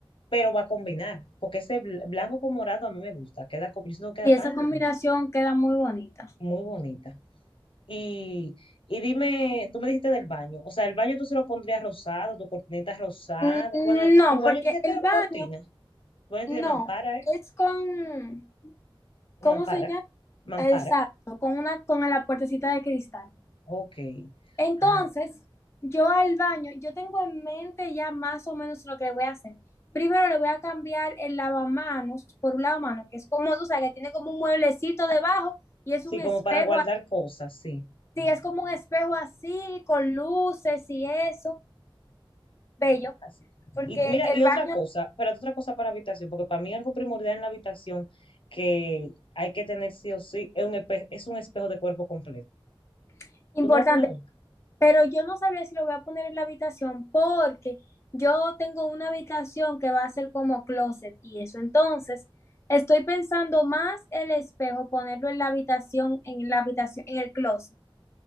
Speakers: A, on the left; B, on the left.
A: pero va a combinar, porque ese bl- blanco con morado a mí me gusta, queda, como- yo siento que
B: Y
A: queda
B: esa
A: tan lindo,
B: combinación queda muy bonita.
A: muy bonita. Y, y dime, tú me dijiste del baño, o sea, el baño tú se lo pondrías rosado, tu cortinita rosada.
B: Mm,
A: Bueno,
B: No,
A: tu baño
B: porque
A: tiene que
B: el baño,
A: cortina, tu baño
B: no,
A: tiene mampara, ¿eh?
B: es con, ¿cómo
A: O mampara,
B: se llama?
A: mampara,
B: Exacto, con una, con la puertecita de cristal.
A: ok.
B: Entonces,
A: Ah,
B: yo al baño, yo tengo en mente ya más o menos lo que voy a hacer. Primero le voy a cambiar el lavamanos por un lavamanos, que es como, tú sabes, que tiene como un mueblecito debajo y es
A: Sí,
B: un
A: como
B: espejo
A: para guardar cosas, sí.
B: así, es como un espejo así, con luces y eso, bello,
A: Así.
B: porque
A: Y mira,
B: el
A: y
B: baño
A: otra cosa, espérate, otra cosa para habitación, porque para mí algo primordial en la habitación que hay que tener sí o sí es un, espe- es un espejo de cuerpo completo.
B: es importante.
A: Tú no vas a poner uno.
B: pero yo no sabría si lo voy a poner en la habitación porque yo tengo una habitación que va a ser como closet y eso entonces estoy pensando más el espejo ponerlo en la habitación, en la habitación, en el closet.